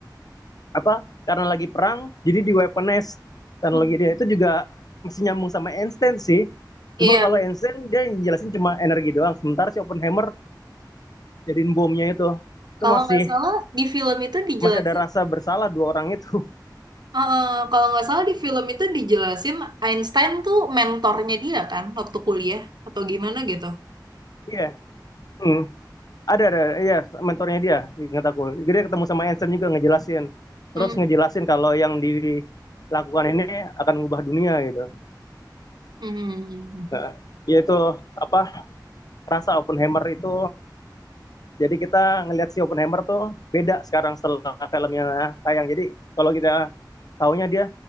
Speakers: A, on the left; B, on the right.
A: apa karena lagi perang jadi di weaponize teknologi
B: Hmm.
A: dia itu juga masih nyambung sama Einstein sih
B: Iya,
A: cuma kalau Einstein dia jelasin cuma energi doang sementara si Oppenheimer jadiin bomnya itu itu
B: kalau
A: masih
B: nggak salah di film itu dijelasin,
A: masih ada rasa bersalah dua orang itu
B: eh, kalau nggak salah di film itu dijelasin Einstein tuh mentornya dia kan waktu kuliah atau gimana gitu.
A: iya <laughs> yeah. hmm. ada ada iya mentornya dia ingat aku jadi dia ketemu sama Einstein juga ngejelasin terus
B: Hmm.
A: ngejelasin kalau yang dilakukan ini akan mengubah dunia gitu
B: Hmm.
A: Nah, yaitu apa rasa Oppenheimer itu jadi kita ngelihat si Oppenheimer tuh beda sekarang setelah filmnya tayang. Jadi kalau kita taunya dia,